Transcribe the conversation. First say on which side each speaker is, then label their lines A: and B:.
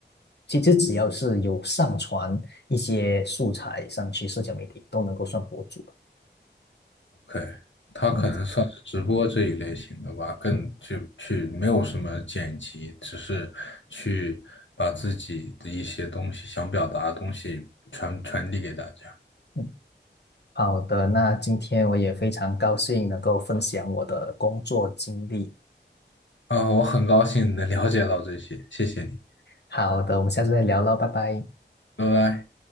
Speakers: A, on the left (about 65°); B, on the left (about 80°).
A: 其实只要是有上传一些素材上去社交媒体，都能够算博主了。
B: ？OK，哦，OK，他可能算是直播这一类型的吧，
A: 嗯
B: 更就去没有什么剪辑，
A: 嗯。
B: 只是去把自己的一些东西想表达的东西传传递给大家。
A: 嗯好的，那今天我也非常高兴能够分享我的工作经历。
B: 啊，我很高兴能了解到这些，谢谢你，
A: 好的，我们下次再聊喽，拜拜。
B: 拜拜。